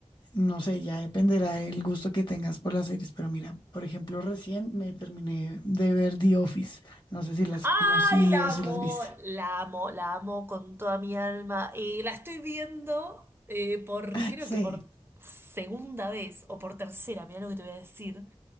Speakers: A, on the left; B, on the right.
A: No sé, ya dependerá del gusto que tengas por las series, pero mira, por ejemplo, recién me terminé de ver The Office. No sé si las has
B: ¡Ay,
A: conocido,
B: la
A: si
B: amo!
A: las has visto.
B: La amo, la amo con toda mi alma. Eh, la estoy viendo eh, por,
A: <laughs>
B: creo
A: Sí.
B: que por segunda vez o por tercera, mira lo que te voy a decir.